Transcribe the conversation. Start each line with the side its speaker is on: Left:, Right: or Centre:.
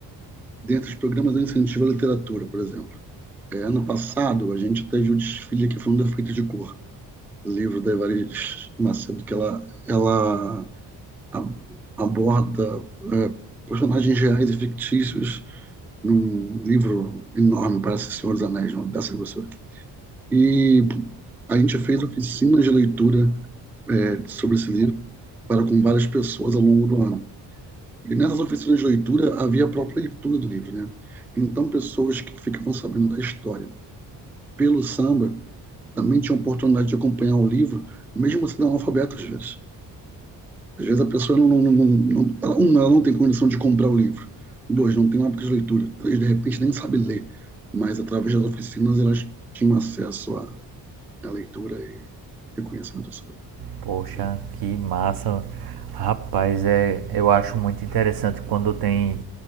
Centre: dentro dos programas eu incentivo a literatura, por exemplo. É, ano passado, a gente teve o desfile que foi um defeito de cor. Livro da Evariz Macedo, que ela, ela a- aborda é, personagens reais e fictícios num livro enorme, parece Senhor dos Anéis, não, dessa grossura. E a gente fez oficinas de leitura é, sobre esse livro para com várias pessoas ao longo do ano. E nessas oficinas de leitura havia a própria leitura do livro, né? Então, pessoas que ficavam sabendo da história pelo samba também tinha a oportunidade de acompanhar o livro, mesmo sendo analfabeto às vezes. Às vezes a pessoa não, não, não, não, ela, um, ela não tem condição de comprar o livro. Dois, não tem um hábito de leitura. Três, de repente nem sabe ler. Mas através das oficinas elas tinham acesso à, à leitura e, reconhecimento conhecimento sobre.
Right: Poxa,
Centre: ele.
Right: que massa. Rapaz, é, eu acho muito interessante quando tem